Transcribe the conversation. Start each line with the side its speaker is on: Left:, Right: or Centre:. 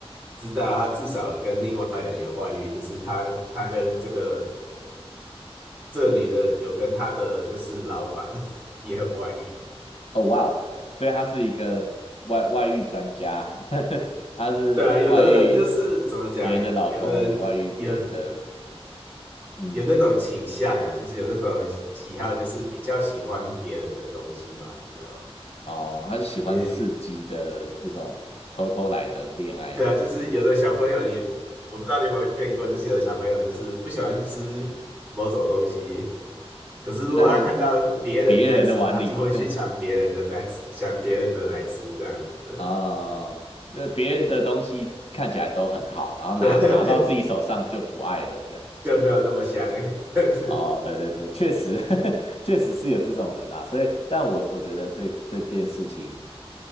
Right: 知道他至少有跟另外一个人有外遇，就是他他跟这个这个女的有跟他的就是老板 <laughs> 也有外遇。
Left: 哦哇哦，所以他是一个外外遇专家，<laughs> 他是外遇
Right: 对啊，有的人就是怎么讲，
Left: 别人的老公，
Right: 有的人有
Left: 也外遇别人的，嗯。
Right: 有那种倾向啊，就是有那种喜好，就是比较喜欢别人的东西嘛，有没有？
Left: 哦，他是喜欢刺激的这种偷偷来的恋爱啊，
Right: 也对啊，就是有的小朋友也，我不知道你有没有见过，就是有的小朋友就是不喜欢吃某种东西，可是如果他看到别人在吃，
Left: 但是呃别人的碗里
Right: 他就会去抢别人的在吃，抢别人的来吃这样子，
Left: <laughs>，啊，呃，别人的东西看起来都很好，然后拿拿到自己手上就不爱了，
Right: 对，<laughs> 没
Left: 这样。
Right: 就没有那么香，<laughs> 但是，
Left: 哦，对对对，确实，<laughs> 确实是有这种人啦，所以，但我我觉得这这件事情